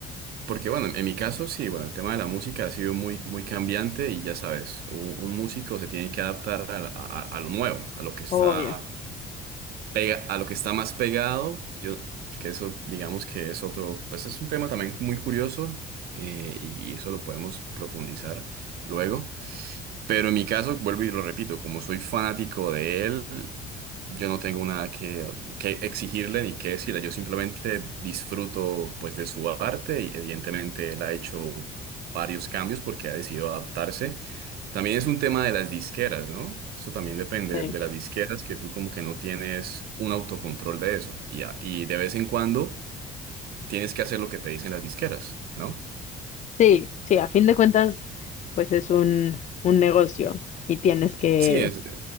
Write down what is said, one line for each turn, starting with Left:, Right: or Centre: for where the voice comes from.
Right: Porque bueno, en mi caso sí, bueno, el tema de la música ha sido muy, muy cambiante y ya sabes, un, un músico se tiene que adaptar a, a- a lo nuevo, a lo que está
Left: Obvio.
Right: pega, a lo que está más pegado. Yo, que eso digamos que es otro, pues es un tema también muy curioso eh, y, y eso lo podemos profundizar luego. Pero en mi caso, vuelvo y lo repito, como soy fanático de él, yo no tengo nada que, que exigirle ni que decirle. Yo simplemente disfruto pues de su arte y evidentemente él ha hecho varios cambios porque ha decidido adaptarse. También es un tema de las disqueras, ¿no? Eso también depende
Left: Sí.
Right: de las disqueras, que tú como que no tienes un autocontrol de eso. Y, a- y de vez en cuando tienes que hacer lo que te dicen las disqueras, ¿no?
Left: Sí, sí, a fin de cuentas, pues es un, un negocio y tienes que,
Right: Sí, es